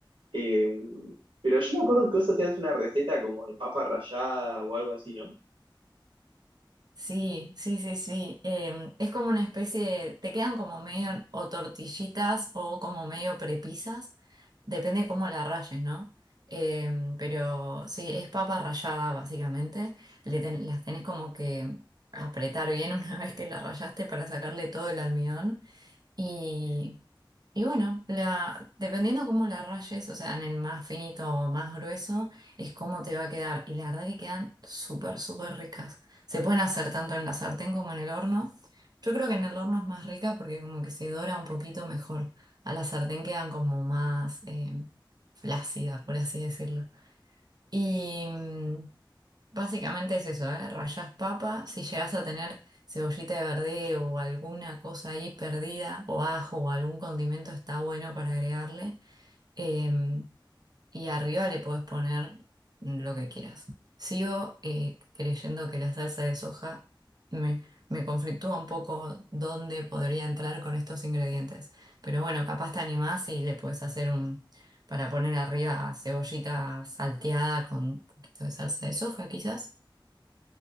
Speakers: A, on the right; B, on the right.
A: Eh, pero yo me acuerdo que vos hacías una receta como de papa rallada o algo así, ¿no?
B: Sí, sí, sí, sí. Em, es como una especie de, te quedan como medio o tortillitas o como medio prepisas, depende de cómo la rayes, ¿no? Em, pero sí, es papa rallada básicamente. Le ten- las tenés como que apretar bien <laughs> una vez que la rayaste para sacarle todo el almidón. Y, y bueno, la, dependiendo cómo la rayes, o sea, en el más finito o más grueso, es cómo te va a quedar. Y la verdad que quedan súper, súper ricas. Se pueden hacer tanto en la sartén como en el horno. Yo creo que en el horno es más rica porque como que se dora un poquito mejor. A la sartén quedan como más eh, flácida, por así decirlo. Y mm, básicamente es eso, ¿eh? Rallás papa, si llegas a tener cebollita de verdeo o alguna cosa ahí perdida, o ajo o algún condimento, está bueno para agregarle. Em, y arriba le podés poner lo que quieras. Sigo eh, creyendo que la salsa de soja me, me conflictúa un poco dónde podría entrar con estos ingredientes. Pero bueno, capaz te animás y le podés hacer un, para poner arriba cebollita salteada con un poquito de salsa de soja, quizás.